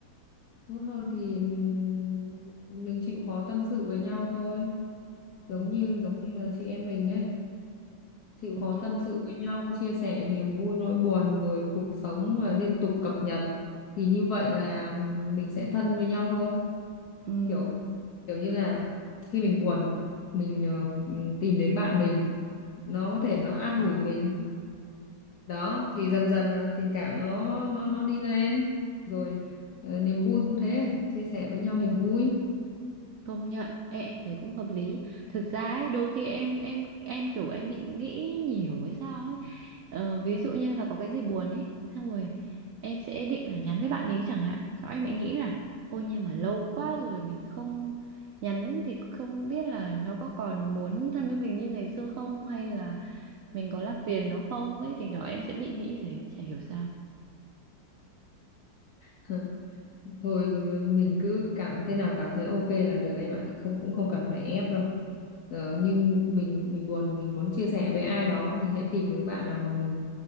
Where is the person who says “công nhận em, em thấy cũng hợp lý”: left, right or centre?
Right